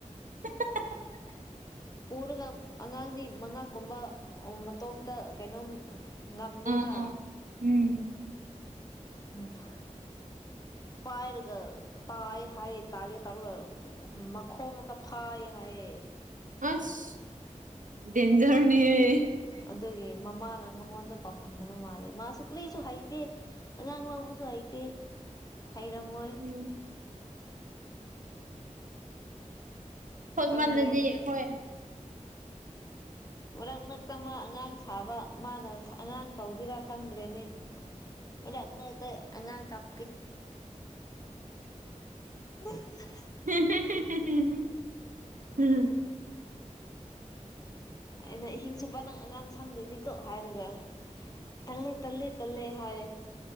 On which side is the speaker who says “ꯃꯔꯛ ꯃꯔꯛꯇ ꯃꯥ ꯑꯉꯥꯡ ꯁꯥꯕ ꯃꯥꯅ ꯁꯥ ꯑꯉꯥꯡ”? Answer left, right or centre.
Left